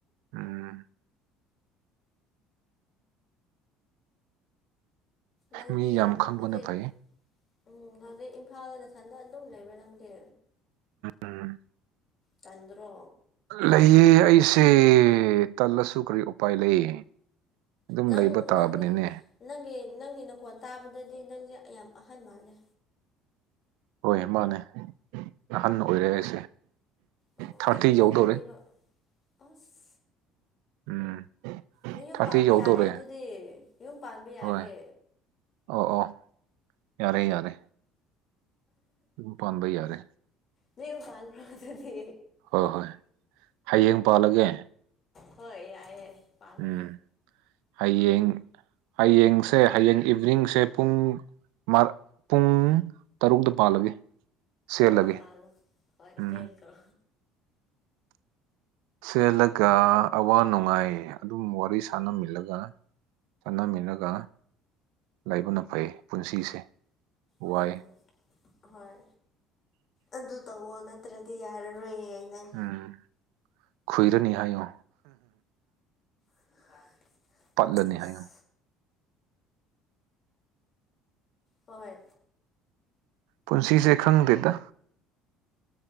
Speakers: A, on the right (about 75°); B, on the left (about 40°).
A: ꯎꯝ
B: ꯅꯪꯗꯤ
A: ꯃꯤ ꯌꯥꯝ ꯈꯪꯕꯅ
B: ꯍꯧꯖꯤꯛ
A: ꯐꯩ
B: ꯎꯝ ꯍꯧꯖꯤꯛ ꯏꯝꯐꯥꯜꯗ ꯅꯊꯟꯇꯥ ꯑꯗꯨꯝ ꯂꯩꯕ꯭ꯔꯥ ꯅꯪꯗꯤ
A: ꯎꯝ
B: ꯇꯟꯗ꯭ꯔꯣ
A: ꯂꯩ ꯑꯩꯁꯦ ꯇꯜꯂꯁꯨ ꯀꯔꯤ ꯎꯄꯥꯏ ꯂꯩ ꯑꯗꯨꯝ
B: ꯅꯪ
A: ꯂꯩꯕ ꯇꯥꯕꯅꯤꯅꯦ
B: ꯅꯪ ꯅꯪꯒꯤ ꯅꯪꯒꯤ ꯅꯈꯣꯟ ꯇꯥꯕꯗꯗꯤ ꯅꯪꯖꯦ ꯌꯥꯝ ꯑꯍꯟ ꯃꯥꯜꯂꯦ
A: ꯍꯣꯏ ꯃꯥꯅꯦ ꯑꯍꯟ ꯑꯣꯏꯔꯦ ꯑꯩꯁꯦ
B: ꯑꯣ
A: ꯊꯥꯔꯇꯤ
B: ꯍꯅꯨꯔꯝꯃꯅꯤꯕ
A: ꯌꯧꯗꯧꯔꯦ
B: ꯑꯁ
A: ꯎꯝ
B: ꯅꯌꯨꯝ
A: ꯊꯥꯔꯇꯤ
B: ꯄꯥꯟꯕ
A: ꯌꯧꯗꯧꯔꯦ
B: ꯌꯥꯔꯦ ꯑꯗꯨꯗꯤ ꯌꯨꯝ ꯄꯥꯟꯕ ꯌꯥꯔꯦ
A: ꯍꯣꯏ ꯑꯣ ꯑꯣ ꯌꯥꯔꯦ ꯌꯥꯔꯦ ꯑꯗꯨꯝ ꯄꯥꯟꯕ ꯌꯥꯔꯦ
B: ꯅꯌꯨꯝ ꯄꯥꯟꯈ꯭ꯔꯣ ꯑꯗꯨꯗꯤ
A: ꯍꯣꯏ ꯍꯣꯏ ꯍꯌꯦꯡ ꯄꯥꯜꯂꯒꯦ
B: ꯍꯣꯏ ꯌꯥꯏꯌꯦ ꯄꯥꯜꯂꯣ
A: ꯎꯝ ꯍꯌꯦꯡ ꯍꯌꯦꯡꯁꯦ ꯍꯌꯦꯡ ꯏꯚꯤꯅꯤꯡꯁꯦ ꯄꯨꯡ <unintelligible> ꯄꯨꯡ ꯇꯔꯨꯛꯇ ꯄꯥꯜꯂꯒꯦ ꯁꯦꯠꯂꯒꯦ
B: ꯎꯝ ꯄꯥꯜꯂꯣ ꯍꯣꯏ
A: ꯎꯝ
B: ꯆꯦꯟꯈ꯭ꯔꯣ
A: ꯆꯦꯜꯂꯒ ꯑꯋꯥ ꯅꯨꯡꯉꯥꯏ ꯑꯗꯨꯝ ꯋꯥꯔꯤ ꯁꯥꯟꯅꯃꯤꯜꯂꯒ ꯆꯠꯅꯃꯤꯟꯅꯒ ꯂꯩꯕꯅ ꯐꯩ ꯄꯨꯟꯁꯤꯁꯦ
B: ꯎꯝ
A: ꯋꯥꯏ
B: ꯍꯣꯏ ꯑꯗꯨ ꯇꯧꯋꯣ ꯅꯠꯇ꯭ꯔꯗꯤ ꯌꯥꯔꯔꯣꯏꯌꯦ ꯅꯪ
A: ꯎꯝ ꯈꯨꯏꯔꯅꯤ ꯍꯥꯏꯌꯣ
B: <unintelligible>
A: ꯄꯠꯂꯅꯤ
B: ꯑꯁ
A: ꯍꯥꯏꯌꯨ꯫
B: ꯍꯣꯏ꯫
A: ꯄꯨꯟꯁꯤꯁꯦ ꯈꯪꯗꯦꯗ꯫